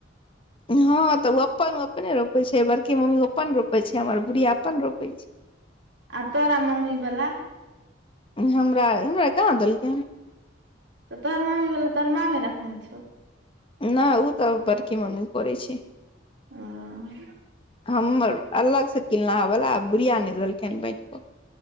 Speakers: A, on the left (about 30°); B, on the right (about 70°).
A: हँ तऽ ओ अपन ओ अपने रोपे छै बड़की मम्मी पप्पा अपन रोपै छै हमर बुढ़ी अपन रोपै छै
B: आ तोरा मम्मी वाला
A: हमरा हमरा कहाँ देलकै हन
B: तऽ तोर मामी वाला तोरमाामे रखने छौ
A: नहि ओ तऽ बड़की मम्मी करै छै
B: ओ
A: हमर अल्लाह से किलला वला बुढ़िया न नहि देलखिन